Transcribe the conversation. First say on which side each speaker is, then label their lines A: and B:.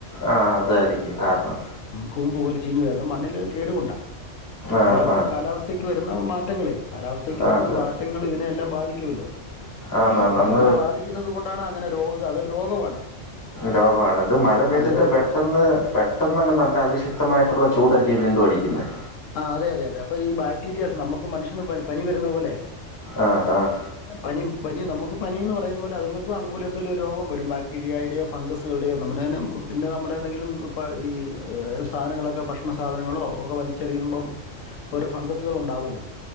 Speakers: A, on the left (about 20°); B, on the left (about 85°).
A: ആ അതായിരിക്കും കാരണം.
B: കൂമ്പ് പോലെ ചിഞ്ഞ് പോയി മണ്ണിൽ കേടു കൊണ്ടാണ്
A: ആഹ്
B: അത് ചിലപ്പം
A: ആഹ്
B: കാലാവസ്ഥ. ക്ക് വരുന്ന മാറ്റങ്ങളെ കാലാവസ്ഥക്ക്
A: ആഹ്
B: വരുന്ന
A: അത്
B: മാറ്റങ്ങൾ ഇതിനെല്ലാം ബാധിക്കുമല്ലോ?
A: ആന്ന് ആന്ന്
B: അപ്പൊ
A: അന്ന്
B: അങ്ങനെ ബാധിക്കുന്നത് കൊണ്ടാണ് അങ്ങനെ രോഗ അതൊ രോഗമാണ്.
A: രോഗണ് ഇത് മഴ പെയ്തിട്ട്
B: ആ രോഗമാണ്
A: പെട്ടെന്ന് പെട്ടെന്ന്ങ്ങ് നല്ല അതിശക്തമായിട്ടുള്ള ചൂടല്ലേ വീണ്ടും അടിക്കുന്നത്.
B: ആ അതെ അതെ അതെ അപ്പ ഈ ബാക്ടീരിയസ് നമക്ക് മനുഷ്യന് പനി വരുന്ന പോലെ
A: ആഹ് ആഹ്
B: പനി പനി നമക്ക് പനി എന്ന് പറയുന്ന പോലെ അതുങ്ങൾക്ക് അതുപോലെന്തെലിലും രോഗം വരും ബാക്ടീരിയയുടെയോ ഫംഗസുകളുടെയോ നമ്മു തെ പിന്നെ നമ്മുടെ എന്തെങ്കിലും ഇപ്പൾ ഈ സാധനങ്ങളൊക്കെ ഭക്ഷണ സാധനങ്ങളോ ഒക്കെ വലിച്ച ചെറിയുമ്പം ഓരോ ഫംഗസുകൾ ഉണ്ടാവുമല്ലോ